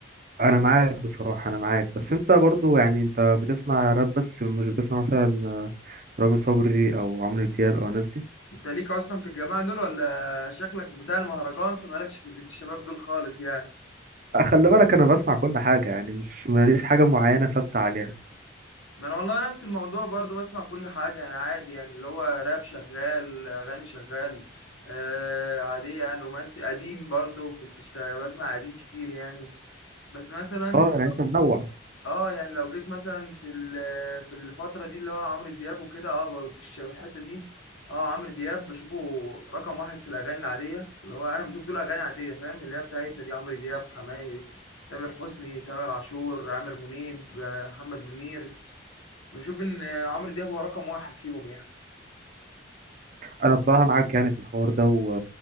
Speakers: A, on the right; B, on the left.
A: انا معاك بصراحه انا معاك بس انت برضو يعني انت بتسمع راب بس مش بتسمع مثلا آه، رامي صبري او عمرو دياب او الناس دي
B: انت ليك اصلا في الجماعه دول ولا شكلك بتاع المهرجان فمالكش في جيل الشباب دول خالص يعني
A: آه، خلي بالك انا بسمع كل حاجه يعني مش ماليش حاجه معينه ثابته عليها
B: ما انا والله نفس الموضوع برضو بسمع كل حاجه انا عادي يعني اللي هو راب شغال اغاني شغال آه عاديه يعني رومانسي قديم برضو كنت شت- بسمع قديم كتير يعني بس مثلا
A: اه يعني انت منوع
B: اه يعني لو جيت مثلا في ال- في الفترة دي اللي هو عمرو دياب وكده اه الش- الحتة دي اه عمرو دياب بشوفه رقم واحد في الأغاني العادية اللي هو أنا بشوف دول أغاني عادية فاهم اللي هي بتاعتنا دي عمرو دياب حماقي تامر حسني تامر عاشور عامر منيب آه، محمد منير بشوف إن آه، عمرو دياب هو رقم واحد فيهم يعني
A: انا بصراحه معاك يعني في الحوار ده و...